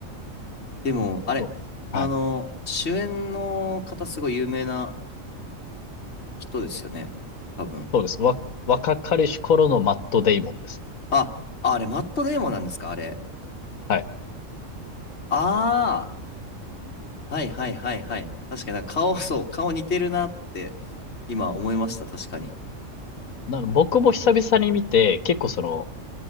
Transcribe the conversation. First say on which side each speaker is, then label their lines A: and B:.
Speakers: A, on the left (about 55°); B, on the left (about 90°).
A: でも、あれ、
B: そう。
A: あの、
B: はい。
A: 主演の方すごい有名な人ですよね。多分。
B: そうです。わ、若かりし頃のマット・デイモンですね。
A: あ、ああれ、マットデーモンなんですかあれ。
B: はい。
A: ああ、はいはいはいはい。確かになんか顔、そう、顔似てるなって今思いました。確かに。
B: なの、僕も久々に見て、結構その、